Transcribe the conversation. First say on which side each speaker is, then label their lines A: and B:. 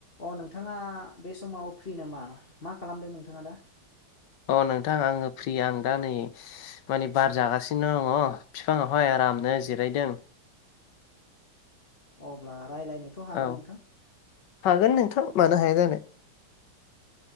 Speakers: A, on the left; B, on the left.
A: अ नोंथाङा बे समाव फ्रि नामा? मा खालामदों नोंथाङा दा?
B: अ नोंथां आङो फ्रि आं दा नै माने बार जागासिनो दङ बिफांआवहाय आरामनो जिराय यदों
A: अब्ला रायज्लायनोथ' हागोन
B: औ
A: नोंथां
B: हागोन नोंथां मानो हाया जानो